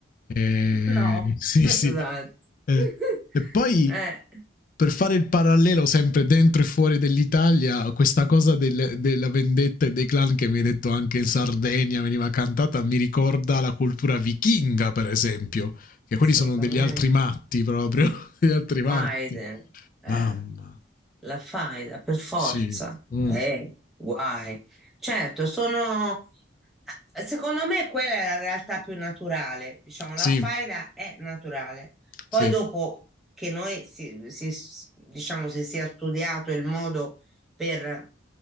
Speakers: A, on the left; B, in the centre.
A: Eh,
B: No,
A: <laughs> sì,
B: esatto,
A: sì.
B: <laughs>
A: Eh, e poi
B: eh,
A: per fare il parallelo sempre dentro e fuori dell'Italia, questa cosa del- della vendetta e dei clan che mi hai detto anche in Sardegna veniva cantata, mi ricorda la cultura vichinga, per esempio, che quelli
B: assolutamente.
A: sono degli altri matti proprio, <laughs> degli altri matti.
B: faide, eh,
A: Mamma,
B: la faida per forza,
A: sì, Mm.
B: eh, guai. Certo, sono, secondo me quella è la realtà più naturale, diciamo,
A: sì,
B: la faida è naturale. Poi
A: sì,
B: dopo che noi si, si- diciamo, si sia studiato il modo per,